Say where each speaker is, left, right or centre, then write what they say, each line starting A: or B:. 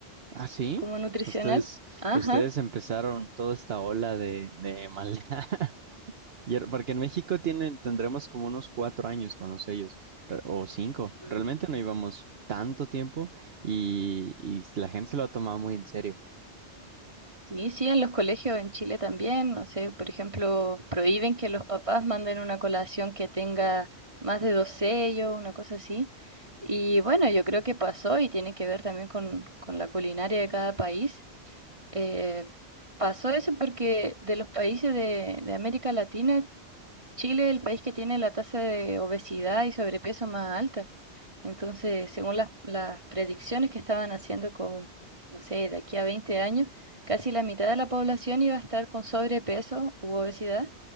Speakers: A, on the right (about 65°); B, on the right (about 30°).
A: Ah, sí.
B: como nutricional.
A: Ustedes,
B: Ajá.
A: ustedes empezaron toda esta ola de, de maldad. <laughs> Y er- Porque en México tienen, tendremos como unos cuatro años con los sellos, re- o cinco.
B: Ujú.
A: Realmente no íbamos tanto tiempo y, y la gente se lo ha tomado muy en serio.
B: Sí, sí, en los colegios en Chile también, no sé, por ejemplo, prohíben que los papás manden una colación que tenga más de dos sellos, una cosa así. Y bueno, yo creo que pasó y tiene que ver también con, con la culinaria de cada país. Eh, pasó eso porque de los países de, de América Latina, Chile es el país que tiene la tasa de obesidad y sobrepeso más alta. Entonces, según las, las predicciones que estaban haciendo con, no sé, de aquí a 20 años, casi la mitad de la población iba a estar con sobrepeso u obesidad,